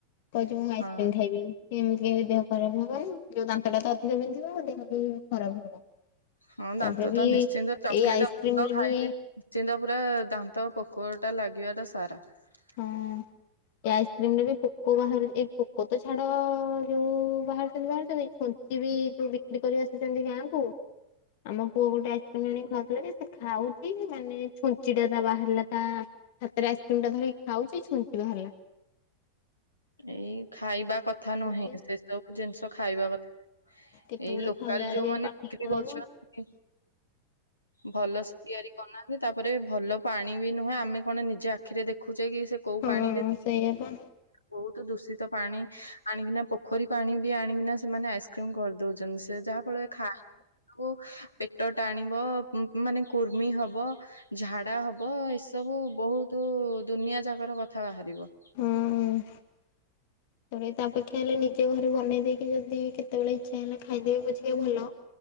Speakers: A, on the left (about 50°); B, on the left (about 80°).
A: କହୁଛିୁ ମୁଁ ଆଇସ୍କ୍ରିମ୍
B: ହଁ
A: ଖାଇବି। ଏମିତି ହେଇ ଦେହ ଖରାପ ହବନି ଯୋଉ ଦାନ୍ତ ଟା ତ ଅଧିକ ବିନ୍ଧିବ ଦେହ ବି ଖରାପ ହବ।
B: ହଁ ଦାନ୍ତ
A: ତାପରେ ବି
B: ତ ନିଶ୍ଚିନ୍ତ ଚକୋଲେଟ
A: ଏଇ ଆଇସ୍କ୍ରିମରେ
B: ତ ଖାଇଲେ
A: ବି
B: ଚିନ୍ତା ପୁରା ଦାନ୍ତ ପୋକଟା ଲାଗିବାଟା ସାରା। <unintelligible>
A: ହଁ। ଏ ଆଇସ୍କ୍ରିମରେ ବି ପୋକ ବାହାରୁଛି ଏଇ ପୋକ ତ ଛାଡ ଯୋଉ ବାହାରୁଛନ୍ତି ବାହାରୁଛନ୍ତି ସିଏ ବି ଯୋଉ ବିକ୍ରି କରି ଆସିଛନ୍ତି ଗାଁକୁ ଆମ ପୁଅ ଗୋଟେ ଆଇସ୍କ୍ରିମ ଆଣିକି ଖାଉଥିଲା ଯେ ସେ ଖାଉଛି ମାନେ ଛୁଞ୍ଚି ଟା ତା ବାହାରିଲା ତା ହାତରେ ଆଇସ୍କ୍ରିମ ଟା ଧରିକି ଖାଉଛି ଛୁଞ୍ଚି ବାହାରଲା।
B: ଏଇ ଖାଇବା କଥା ନୁହେଁ
A: ଯେ
B: ସେ ସବୁ ଜିନିଷ ଖାଇବା କଥା
A: କେତେବେଳେ
B: ଏଇ ଲୋକାଲ
A: ଖାଇଲା
B: ଯୋଉ
A: ବେଳେ
B: ମାନେ
A: ପାଟିକି
B: ବିକ୍ରି
A: ପଳେଇବ
B: କରୁଛନ୍ତି ଭଲସେ ତିଆରି ବନାନ୍ତି ତାପରେ ଭଲ ପାଣି ବି ନୁହେଁ ଆମେ କଣ ନିଜ ଆଖିରେ ଦେଖୁଛେ କି ସେ କୋଉ
A: ହଁ
B: ପାଣିରେ
A: ସେଇଆ ପା।
B: ବହୁତ ଦୂଷିତ ପାଣି ଆଣିକିନା ପୋଖରୀ ପାଣିବି ଆଣିକିନା ସେମାନେ ଆଇସ୍କ୍ରିମ କରିଦଉଛନ୍ତି। ଯାହା ଫଳରେ ଖାଇବାକୁ ପେଟ ଟାଣିବ ମାନେ କୁର୍ମି ହବ। ଝାଡା ହବ ଏସବୁ ବହୁତ ଦୁନିଆ ଯାକର କଥା ବାହାରିବ।
A: ହୁଁ ହୁଁ ତାରେ ତାପେ ଇଚ୍ଛା ହେଲେ ନିଜେ ଘରେ ବନେଇ ଦେଇକି ଯଦି କେତେବେଳେ ଇଚ୍ଛା ହେଲା ଖାଇଦେବେ ପଛିକା ଭଲ।